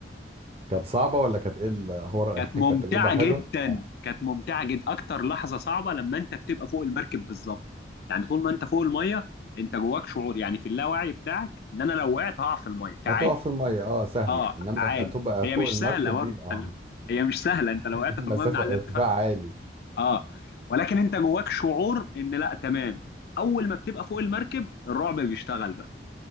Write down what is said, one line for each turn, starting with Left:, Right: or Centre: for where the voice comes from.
Right: كانت صعبه ولا كانت ايه الاخبار
Left: كانت
Right: <laughs> كانت
Left: ممتعة
Right: تجربه حلوه
Left: جدا
Right: اه
Left: كانت ممتعة جدا أكتر لحظة صعبة لما أنت بتبقى فوق المركب بالظبط يعني طول ما أنت فوق المية أنت جواك شعور يعني في اللاوعي بتاعك إن أنا لو وقعت هقع في المية فعادي
Right: هتقف في الميه اه سهله
Left: أه
Right: انما
Left: عادي
Right: ما تبقى
Left: هي
Right: فوق
Left: مش
Right: المركب
Left: سهلة برضه
Right: دي يبقى اه
Left: خلي- هي مش سهلة أنت لو
Right: <laughs>
Left: وقعت في المية
Right: مسافه
Left: من على الارتفاع
Right: ارتفاع عالي
Left: أه ولكن أنت جواك شعور إن لا تمام أول ما بتبقى فوق المركب الرعب بيشتغل بقى